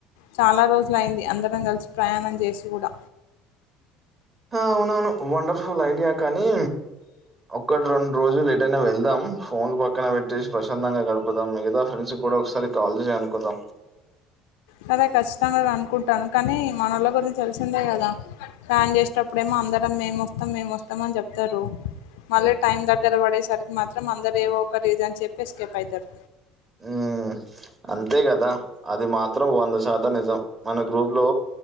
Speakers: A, on the left; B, on the right.
A: చాలా రోజులు అయ్యింది అందరం కలిసి ప్రయాణం చేసి కూడా
B: హా అవునవును వండర్ఫుల్ ఐడియా కానీ ఒక్కటి రెండు రోజులు ఎటైనా వెళ్దాం ఫోన్లు పక్కన పెట్టేసి ప్రశాంతంగా గడుపు పుదాం మిగతా ఫ్రెండ్సు కు కూడా ఒకసారి కాల్ చేసి అనుకుందాం
A: సరే ఖచ్చితంగా కనుక్కుంటాను కానీ మనోళ్ళ గురించి తెలిసిందే కదా ప్లాన్ చేసేటప్పుడు ఏమో అందరం మేం వస్తాం మేం వస్తాం అని చెప్తారు మళ్ళీ టైం దగ్గర పడేసరికి మాత్రం అందరు ఏవో ఒక రీజన్ చెప్పి ఎస్కేప్ అయితారు
B: ఊ అంతే కదా అది మా బ్రో వంద శాతం నిజం మన గ్రూప్ లో